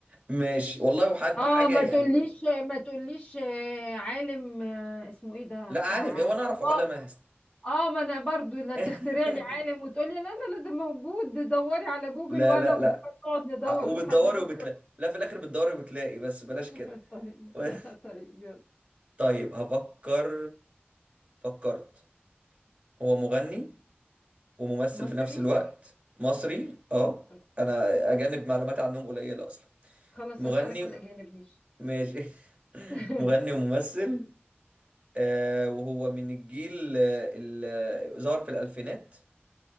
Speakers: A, on the right; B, on the left.
A: ماشي والله وحد
B: اه
A: حاجة
B: ما
A: يعني
B: تقوليش ما تقوليش آه، عالم آه، اسمه ايه ده
A: لا
B: بتاع
A: عالم ايه وانا اعرف علماء
B: اه
A: هست
B: آه، ما انا برضو لا
A: <laughs>
B: تخترع لي عالم وتقولي لا لا لا ده موجود دوري على جوجل
A: لا
B: وانا
A: لا
B: وجوجل
A: لا
B: نقعد ندور
A: ع- وبتدوري
B: لحد بكره
A: وبتلاقي لا في الاخر بتدوري وبتلاقي بس بلاش
B: <laughs>
A: كده
B: طيب
A: <laughs>
B: <laughs> طيب يلا
A: طيب هفكر فكرت هو مغني وممثل
B: مصري
A: في نفس الوقت مصري اه
B: أوكي.
A: انا اجانب معلومات عنهم قليلة اصلا
B: خلاص
A: مغني
B: هسألك في الاجانب ماشي
A: ماشي <laughs>
B: <laughs>
A: مغني وممثل آه وهو من الجيل آه، اللي ظهر في الالفينات